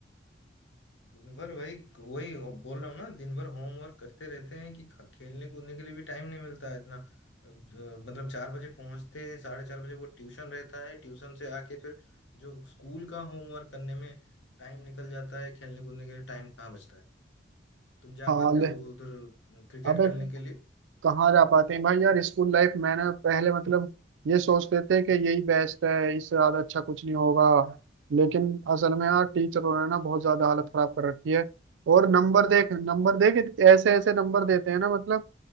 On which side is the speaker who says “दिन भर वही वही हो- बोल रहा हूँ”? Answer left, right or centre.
Left